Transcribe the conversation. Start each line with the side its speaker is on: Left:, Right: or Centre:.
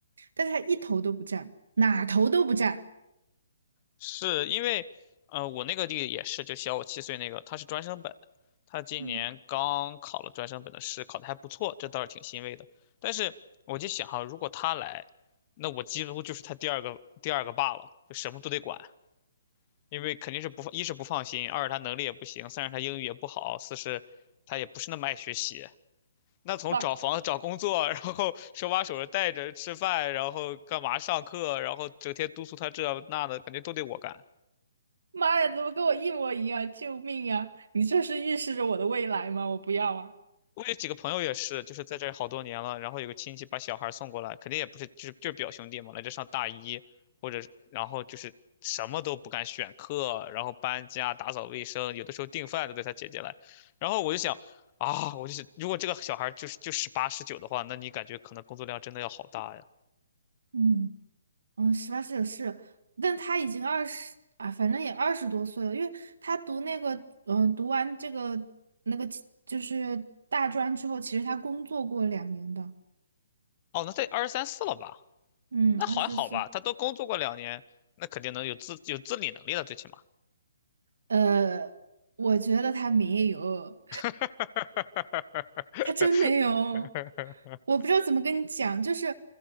Right: 但是他一头都不占，哪头都不占。
Left: 是因为，呃，我那个弟弟也是，就小我七岁那个，他是专升本，他今年刚考了专升本的试，
Right: 嗯，
Left: 考的还不错，这倒是挺欣慰的。但是我就想哈，如果他来，那我几乎就是他第二个第二个爸了，就什么都得管。因为肯定是不放，一是不放心，二是他能力也不行，三是他英语也不好，四是他也不是那么爱学习。那从找房子、
Right: 哇
Left: 找工作，然后手把手的带着吃饭，然后干嘛上课，然后整天督促他这那的，感觉都得我干。
Right: 妈呀，怎么跟我一模一样？救命呀！你这是预示着我的未来吗？我不要啊！
Left: 我有几个朋友也是，就是在这儿好多年了，然后有个亲戚把小孩儿送过来，肯定也不是，就是就是表兄弟嘛，来这上大一，或者是然后就是什么都不敢选课，然后搬家、打扫卫生，有的时候订饭都得他姐姐来，然后我就想啊，我就想，如果这个小孩儿就是就十八十九的话，那你感觉可能工作量真的要好大呀？
Right: 嗯嗯，十八岁是，但他已经二十啊，反正也二十多岁了，因为他读那个呃，读完这个那个就是大专之后，其实他工作过两年的，
Left: 哦，那得二十三四了吧？
Right: 嗯，
Left: 那还好吧，
Right: 二十四，
Left: 他都工作过两年，那肯定能有自有自理能力了，最起码。
Right: 呃，我觉得他没有，
Left: <laughs>
Right: 他真没有，我不知道怎么跟你讲，就是